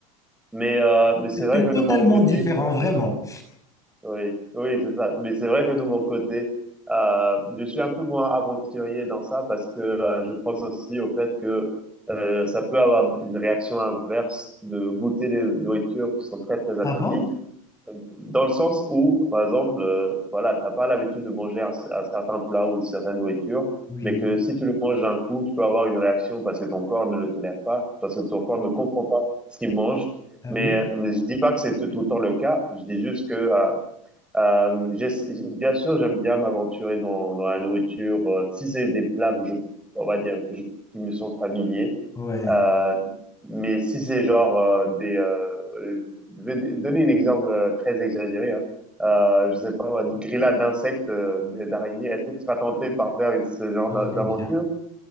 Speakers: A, in the centre; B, on the left (about 20°).
A: mais, euh, mais
B: C'était
A: c'est vrai que
B: totalement
A: de mon côté,
B: différent, vraiment.
A: oui, oui, c'est ça. Mais c'est vrai que de mon côté, euh, je suis un peu moins aventurier dans ça parce que euh, je pense aussi au fait que euh, ça peut avoir une réaction inverse de goûter des nourritures qui sont très, très atypiques
B: Ah bon?
A: dans le sens où, par exemple, euh, voilà, t'as pas l'habitude de manger un, un certain plat ou une certaine nourriture,
B: Oui,
A: mais que si tu le manges d'un coup, tu peux avoir une réaction parce que ton corps ne le tolère pas, parce que ton corps ne comprend pas ce qu'il mange.
B: ah
A: Mais,
B: oui,
A: mais je dis pas que c'est tout tout le temps le cas. Je dis juste que, euh, euh, j'ai- bien sûr, j'aime bien m'aventurer dans, dans la nourriture. euh, si c'est des plats que je, on va dire, que je- qui me sont familiers.
B: ouais,
A: Euh, mais si c'est genre euh, des... euh, euh, je vais d- donner un exemple euh, très exagéré. Hein. Euh, je sais pas, moi, des grillades d'insectes, euh, d'araignées. Est-ce que tu seras tenté par faire ce genre
B: je
A: d'a-
B: vois
A: d'aventure?
B: bien.